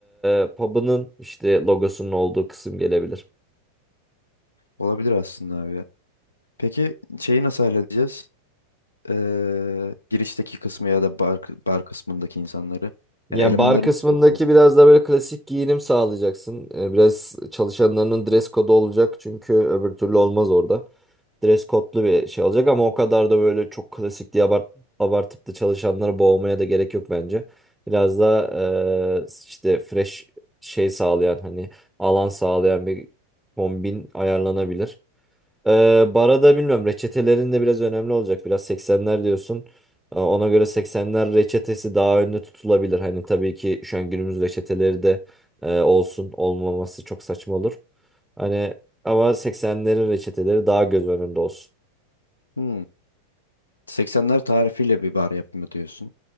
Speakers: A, in the centre; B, on the left.
A: e, pub'ının işte logosunun olduğu kısım gelebilir.
B: Olabilir aslında abi ya. Peki şeyi nasıl halledeceğiz? Eee, girişteki kısmı ya da bar, bar kısmındaki insanları.
A: Yani
B: Yani elemanları
A: bar kısmındaki
B: nasıl bulacağız?
A: biraz da böyle klasik giyinim sağlayacaksın. E, biraz çalışanlarının dress kodu olacak çünkü öbür türlü olmaz orada. dress code'lu bir şey olacak ama o kadar da böyle çok klasik diye abart abartıp da çalışanları boğmaya da gerek yok bence. Biraz daha eee, işte fresh şey sağlayan hani alan sağlayan bir kombin ayarlanabilir. Eee bara da bilmiyorum reçetelerin de biraz önemli olacak. Biraz 80'ler diyorsun. Ee, Ona göre 80'ler reçetesi daha önde tutulabilir. Hani tabii ki şu an günümüz reçeteleri de e, olsun olmaması çok saçma olur. Hani ama 80'lerin reçeteleri daha göz önünde olsun.
B: Hmm. 80'ler tarifiyle bir bar yapımı diyorsun.